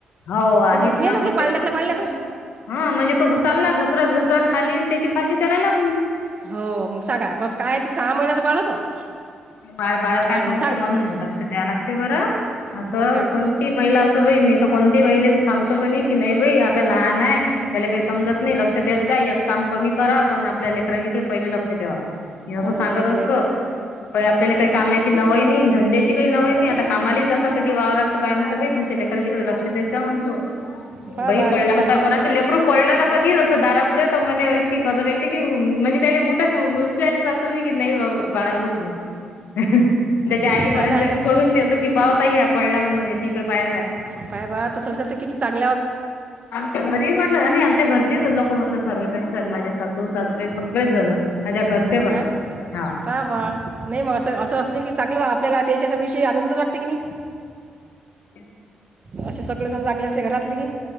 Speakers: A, on the left (about 70°); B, on the right (about 40°).
A: हो आहेच
B: तर मग मेलं
A: ना होतेच
B: ते पाळण्यातल्या
A: ना
B: पाळण्यातच
A: तसं. हा म्हणजे तो चालला घसरात घसरात खाली त्याची फाशी त्याला लाग
B: हो मग सांगा कसं काय ते सहा महिन्याच बाळ. होतं
A: बा बाळाला
B: आणि
A: काय समजते
B: सांग
A: म्हणून
B: आ-
A: लक्ष द्याय लागते बरं. असं
B: मग काय
A: कोणती
B: तर
A: महिला असं बा मी तर कोणती बहिले सांगतो कोणी की नाही बाई आपल्या लहान आहे. त्याला काही समजत नाही लक्ष द्याेत जाई एक काम कमी करा पण आपल्या लेकराजीकडे पहिले लक्ष द्या. मी असं
B: हो
A: सांगत
B: नाही तर काय
A: असतो.
B: तर
A: प आपल्याला काही कामाची नव नाही धंद्याची काही नव नाही आता कामाला जातात कधी वावराततं बायारे. तमच्या लेखरािककडे लक्ष देत जा म्हणतो.
B: पहा
A: बई
B: बा
A: पडला
B: किती चांगले
A: होता कोणाचं
B: तुम्ही
A: लेकरू पडलं
B: हो
A: नका
B: ना
A: दि असं दारा मला गदर ये क म्हठी <unintelligible> नाही बा बाळा उठ हो त्याच्या आईपर्यंत
B: हो ना हो ना
A: सोडून देतत की पावता ह्या पडला म्हणून याच्या इकड पाहिज
B: बाय बा तो संमजा तर किती चांग
A: आमच्या घरी म्हटलं आणि आमच्या घरचे लोक म्हट सर्व माझे सासू सासरे सगळेच जण माझ्या
B: हो
A: घरचे
B: ना
A: पण हा.
B: पहा बा नाही मग असं असं असले की चांगलं आपल्याला त्याच्या सविषयी आनंदच वाटते की नाही.
A: ते
B: असे सगळे जण चांगले असले घरातले की.